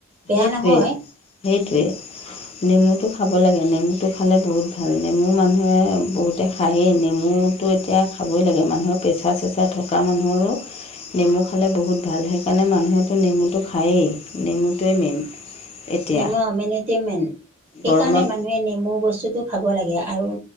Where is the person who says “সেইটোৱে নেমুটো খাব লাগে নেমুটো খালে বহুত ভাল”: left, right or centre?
Left